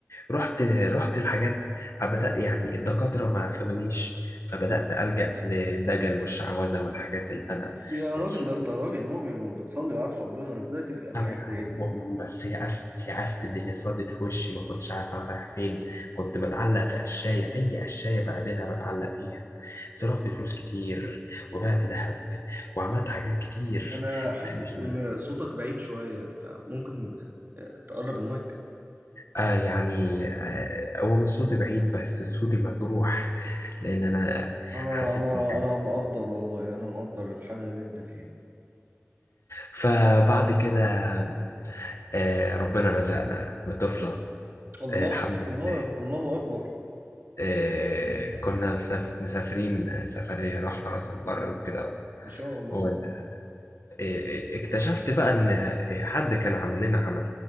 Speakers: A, on the left (about 70°); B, on the right (about 40°).
A: ورحت رحت الحاجات بدأ يعني الدكاترة ما فادونيش فبدأت ألجأ للدجل والشعوذة والحاجات اللي أنا
B: بس يا
A: مش
B: راجل ده أنت راجل مؤمن وبتصلي وعارف ربنا إزاي تلجأ لحاجات
A: أنا
B: زي دي
A: مؤمن بس يأست يأست الدنيا سودت في وشي ما كنتش عارف أنا رايح فين كنت بتعلق في قشاية أي قشاية بقابلها بتعلق فيها صرفت فلوس كتير وبعت ذهب وعملت حاجات كتير
B: أنا حاسس
A: مش
B: إن صوتك بعيد شوية فممكن آه، تقرب المايك
A: آه يعني آه هو مش صوتي بعيد بس صوتي مجروح لأن أنا
B: أنا
A: حسيت
B: أنا
A: بالحمس
B: أنا مقدر والله أنا مقدر الحالة اللي أنت فيها
A: فبعد كده آه ربنا رزقنا بطفلة
B: الله
A: آه الحمد لله
B: الله الله أكبر
A: آه كنا مساف- مسافرين سفرية رحنا راس البر وكده
B: ما شاء الله
A: هو- آه آه، اكتشفت بقى إن آه، حد كان عامل لنا عمل